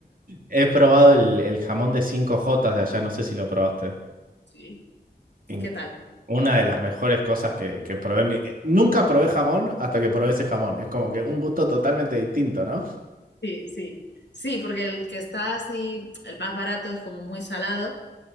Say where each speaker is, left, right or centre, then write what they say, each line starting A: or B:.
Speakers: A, on the right (about 55°); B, on the left (about 80°).
A: he probado el, el jamón de cinco jotas de allá, no sé si lo probaste.
B: Sí.
A: en
B: ¿Qué tal?
A: que- una de las mejores cosas que, que probé. en mi- eh, Nunca probé jamón hasta que probé ese jamón. Es como que un gusto totalmente distinto, ¿no? O
B: Sí, sí. Sí, porque el que está así, el más barato es como muy salado.